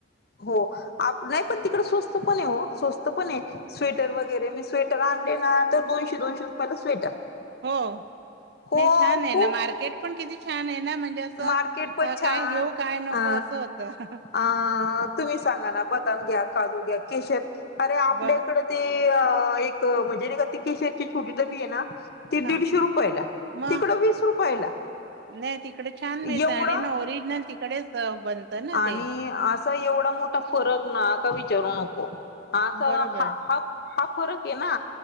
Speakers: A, on the left; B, on the right.
A: हो आ नाही पण, तिकडं स्वस्त पण हाय ओ. स्वस्त पण हाय, स्वेटर वगैरे मी स्वेटर आणले ना, तर दोनशे, दोनशे रुपयाला स्वेटर.
B: हो
A: हो
B: नाही, छान आहे
A: खूप
B: ना मार्केट, पण किती छान आहे ना? म्हणजे असं
A: मार्केट पण छान
B: काय घेऊ, काय नको
A: अ
B: असं होतं.
A: अ तुम्ही सांगा ना, बदाम घ्या काजू घ्या केशर अरे! आपल्याकडे
B: बर
A: ते एक म्हणजे नाही, का केशरची ती छोटी डबी ये ना. ती
B: हा.
A: दीडशे रुपयला
B: मग
A: तिकडं वीस रुपयला.
B: नाही तिकडे छान मिळतं
A: एवढा
B: आणि ना ओरिजनल तिकडेच अ, बनतं ना
A: आणि
B: ते.
A: असा एवढा मोठा फरक नाही. हा का विचारू नको, हा
B: बरोबर.
A: हा हा फरक आहे ना.